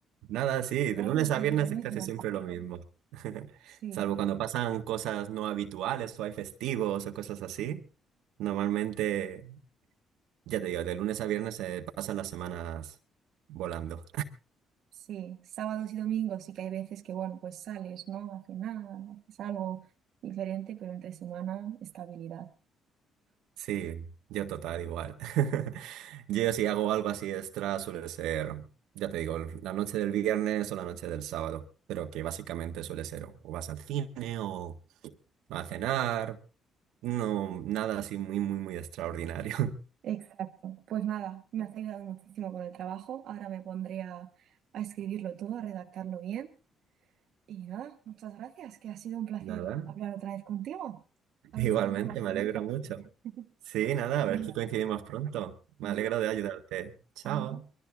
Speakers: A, on the right (about 85°); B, on the right (about 70°).
A: Nada, sí, de
B: Todos
A: lunes
B: los
A: a
B: días
A: viernes
B: lo mismo.
A: es casi siempre lo mismo, <laughs>
B: Sí,
A: salvo cuando pasan cosas no habituales o hay festivos o cosas así. Normalmente, ya te digo, de lunes a viernes se pasan las semanas volando.
B: sí. Sábados y domingos sí que hay veces que, bueno, pues sales, ¿no? A cenar, haces algo diferente, pero entre semana, estabilidad.
A: Sí, yo total igual. <laughs> Yo si hago algo así extra suele ser, ya te digo, la noche del viernes o la noche del sábado, pero que básicamente suele ser o vas al cine o a cenar, no, nada así muy, muy, muy extraordinario. <laughs>
B: Exacto. Pues nada, me has ayudado muchísimo con el trabajo. Ahora me pondré a, a escribirlo todo, a redactarlo bien. Y nada, muchas gracias, que ha sido un placer
A: Nada,
B: hablar otra vez contigo. A
A: igualmente,
B: ver si nos vemos
A: me
B: pronto.
A: alegro mucho.
B: <laughs>
A: Sí, nada, a ver
B: Venga,
A: si coincidimos pronto. Me
B: y
A: alegro de ayudarte. Chao.
B: chao.